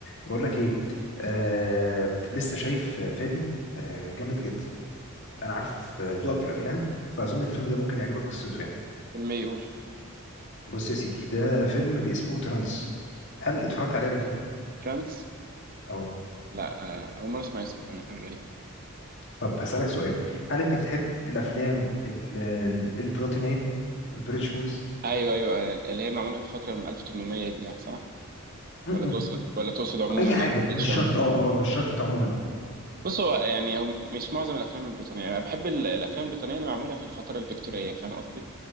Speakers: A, on the left; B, on the right.
A: بقول لك ايه آه بت- لسه شايف فيلم آه جامد جدا انا عارف آه، ذوقك في الافلام فاظن الفيلم ده ممكن يعجبك قصته يعني
B: فيلم يقول
A: بص يا سيدي ده فيلم باسمه ترانس هل اتفرجت عليه قبل كده
B: فرانس
A: اه
B: لا آه، أول مرة أسمع اسمه كمان حاجة غريبة
A: طب هسألك سؤال هل انت بتحب الافلام ال- ال- البروتينية البريتش موفيز
B: أيوه أيوه آه، اللي هي معمولة في الفترة من 1800 دي يعني صح؟
A: م-م.
B: ولا تقصد ولا تقصد عموما
A: اي حاجه
B: بيتش
A: مش
B: عموما
A: شرط اه اه مش شرط عموما اه
B: بص هو يعني هو مش معظم الأفلام البريطانية أنا بحب ال- الأفلام البريطانية اللي معمولة في الفترة الفيكتورية فاهم قصدي؟